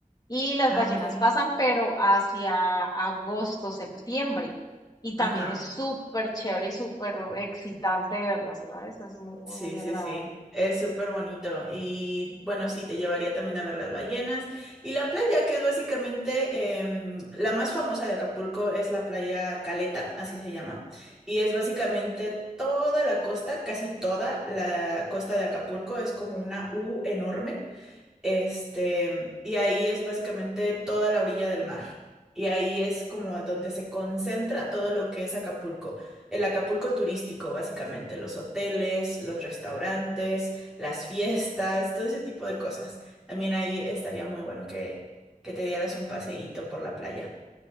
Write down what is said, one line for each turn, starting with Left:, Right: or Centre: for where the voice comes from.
Left: y las
Centre: Ah,
Left: ballenas
Centre: ok.
Left: pasan, pero hacia agosto, septiembre. Y también
Centre: Ajá.
Left: es súper chévere y súper excitante verlas, ¿sabes? Es muy,
Centre: Sí,
Left: muy
Centre: sí,
Left: agradable.
Centre: sí. Es súper bonito. Y bueno, sí, te llevaría también a ver las ballenas. Y la playa, que es básicamente em, la más famosa de Acapulco, es la playa Caleta, así se llama. Y es básicamente toda la costa, casi toda la costa de Acapulco, es como una U enorme. Este, y ahí es básicamente toda la orilla del mar. Y ahí es como donde se concentra todo lo que es Acapulco. El Acapulco turístico, básicamente, los hoteles, los restaurantes, las fiestas, todo ese tipo de cosas. También ahí estaría muy bueno que, que te dieras un paseíto por la playa.